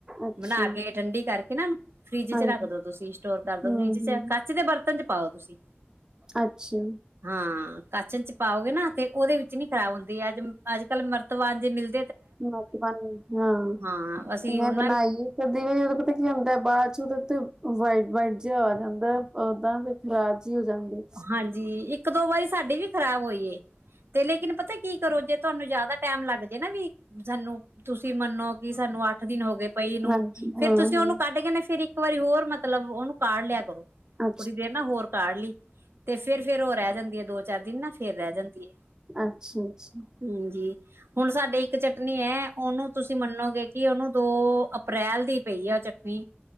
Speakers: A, on the right; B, on the right.
A: ਅੱਛਾ
B: ਬਣਾ ਕੇ ਠੰਡੀ ਕਰਕੇ ਨਾ ਫਰਿਜ ਚ
A: ਹਾਂਜੀ
B: ਰੱਖ ਦੋ ਤੁਸੀਂ ਸਟੋਰ ਕਰਦੋ
A: ਹੂੰ
B: ਫਰਿੱਜ ਚ।
A: ਹੂੰ
B: ਸਿਧੇ ਬਰਤਨ'ਚ ਪਾਓ, ਤੁਸੀ।
A: ਅੱਛਾ।
B: ਹਾਂ, ਕਾਚਨ'ਚ ਪਾਓਗੇ ਨਾ, ਤੇ ਉਹਦੇ ਵਿੱਚ ਨੀ ਖਰਾਬ ਹੁੰਦੀ ਹੈ। ਅੱਜ, ਅੱਜ-ਕੱਲ ਮਰਤਵਾਨ ਜੇ ਮਿਲ
A: ਮਰਤਬਾਨ ਹਾਂ।
B: ਹਾਂ ਅਸੀਂ
A: ਮੈਂ,
B: ਉਹਨਾਂ
A: ਬਣਾਈ
B: ਵੀ
A: ਏ। ਦੀ ਵੀ, ਜਦੋਂ ਪਤਾ ਕੀ ਹੁੰਦਾ ਹੈ ਬਾਅਦ'ਚ ਉਹਦੇ ਤੇ ਵਾਈਟ-ਵਾਈਟ ਜਿਹਾ ਆ ਜਾਂਦਾ, ਓਦਾਂ ਤੇ ਬਾ'ਚ ਈ, ਹੋ ਜਾਂਦੇ।
B: ਹਾਂਜੀ, ਇੱਕ-ਦੋ ਵਾਰੀ ਸਾਡੀ ਵੀ ਖ਼ਰਾਬ ਹੋਈ ਏ, ਤੇ ਲੇਕਿਨ ਪਤਾ ਕੀ ਕਰੋ, ਜੇ ਤੁਹਾਨੂੰ ਜਿਆਦਾ ਟਾਈਮ ਲੱਗਜੇ ਨਾ ਵੀ, ਸਾਨੂੰ ਤੁਸੀਂ ਮੰਨੋ ਕਿ ਸਾਨੂੰ ਅੱਠ-ਦਿਨ ਹੋ ਗਏ ਪਈ ਨੂੰ।
A: ਹਾਂਜੀ
B: ਫਿਰ
A: ਹਾਂ
B: ਤੁਸੀਂ ਉਹਨੂੰ ਕੱਢਕੇ
A: ਅੱਛਾ
B: ਨਾ, ਫਿਰ ਇੱਕ ਵਾਰੀ ਹੋਰ ਮਤਲਬ, ਉਹਨੂੰ ਕਾਢ ਲਿਆ ਕਰੋ। ਕੁਥੋੜੀ
A: ਹਾਂ
B: ਦੇਰ ਨਾ ਹੋਰ ਕਾਢ ਲਈ, ਤੇ ਫਿਰ-ਫਿਰ ਉਹ ਰਹਿ ਜਾਂਦੀ ਹੈ, ਦੋ-ਚਾਰ ਦਿਨ ਨਾ ਫਿਰ ਰਹਿ ਜਾਂਦੀ ਏ।
A: ਅੱਛਾ-ਅੱਛਾ।
B: ਹਾਂਜੀ, ਹੁਣ ਸਾਡੇ ਇੱਕ ਚ ਚਟਨੀ ਐ, ਉਹਨੂੰ ਤੁਸੀਂ ਮੰਨੋਗੇ ਕਿ ਉਹਨੂੰ, ਦੋ ਅਪ੍ਰੈਲ ਦੀ ਪਈ ਹੈ ਉਹ ਚਟ ਦੀ,